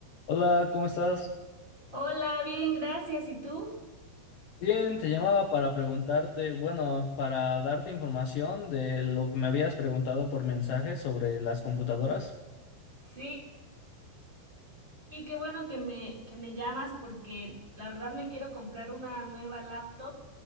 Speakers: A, on the left; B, on the right.
A: Hola, ¿cómo estás?
B: Hola, bien, gracias. ¿Y tú?
A: Bien, te llamaba para preguntarte, bueno, para darte información de lo que me habías preguntado por mensaje sobre las computadoras.
B: Sí, y qué bueno que me, que me llamas porque la verdad me quiero comprar una nueva laptop,